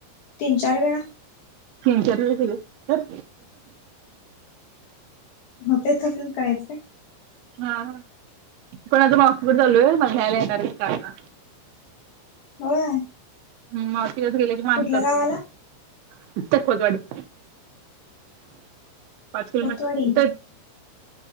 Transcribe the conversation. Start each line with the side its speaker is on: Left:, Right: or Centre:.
Left: तीन चार वेळा
Right: तीन चार व तर
Left: हो तेचजून करायचं काय
Right: ह कोण आता मगपूर चालूय मला्यायला येणार काळ का
Left: होय
Right: ह म तिलाच गेल्याची माणी
Left: कुठल्या
Right: करत
Left: गावाला
Right: मला कोतवाडी पाच किलोमीटर
Left: कोतवाडी
Right: इथ